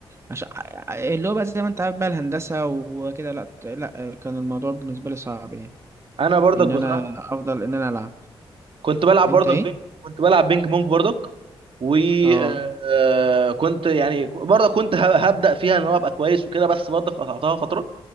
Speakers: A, on the right; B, on the right.
A: عشان اللي هو بقى زي ما انت عارف بقى الهندسه وكده لا لا كان الموضوع بالنسبه لي صعب يعني
B: انا برضك
A: ان
B: بصراحه
A: انا
B: كنت
A: افضل ان انا العب
B: كنت بلعب
A: انت
B: برضك
A: ايه
B: بينج كنت بلعب بينج بونج برضك وكنت
A: اه
B: يعني برضك كنت ه- هبدا فيها ان هو ابقى كويس وكده بس برضك قطعتها فتره